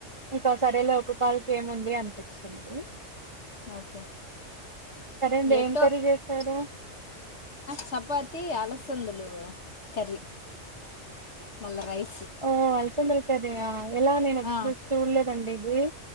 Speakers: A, on the right (about 25°); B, on the left (about 65°).
A: ఇంకా సరేలే ఒక కాల్ క ఏముంది అనిపింది చ్చడి
B: ఓకే
A: అండి
B: ఎటో
A: ఏం కర్రీ చేశారు
B: చపాతి అలసందలు కర్రీ మళ్ళ రైస్
A: ఓ అలసందల కర్రీయా ఎలా నేను ఎప్పుడు
B: ఆ
A: చూడలేదండి ఇది